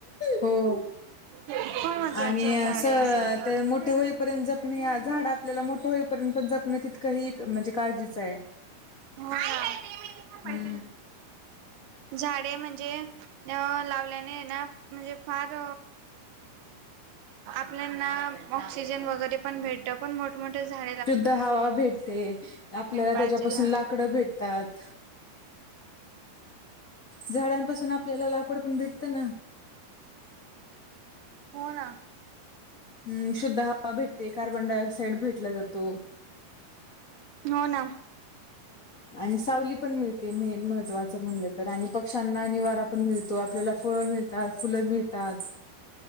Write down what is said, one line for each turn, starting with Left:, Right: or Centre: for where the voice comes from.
Left: हो
Right: फार महत्त्वाचे
Left: आणि
Right: आहे
Left: अस
Right: झाडे.
Left: त्या मोठे होईपर्यंत जप नाही झाडा आपल्याला मोठं होईपर्यंत पण जपण तितकं म्हणजे काळजीचं आहे
Right: नाही नाही ते मी थां पाहिजे
Left: हम्म
Right: झाडे म्हणजे अ लावल्याने ना म्हणजे फार आपल्याना ऑक्सिजन वगैरे पण भेटत पण मोठ टमटर झा
Left: शुद्ध हवा भेटते आपल्याला
Right: पिंपळाचे
Left: त्याच्यापासून
Right: झाड
Left: लाकडं भेटतात झाडांपासून आपल्याला लाकूड पण भेटतं ना
Right: हो ना
Left: ् शुद्ध हवा भेटते कार्बन डाऑक्साइड भेटला जातो
Right: हो ना.
Left: आणि सावली पण मिळते मेन महत्त्वाचं म्हणलं तर आणिऽ पक्ष्यांना निवारा पण मिळतो, आपल्याला फळं मिळतात फुलं मिळतात.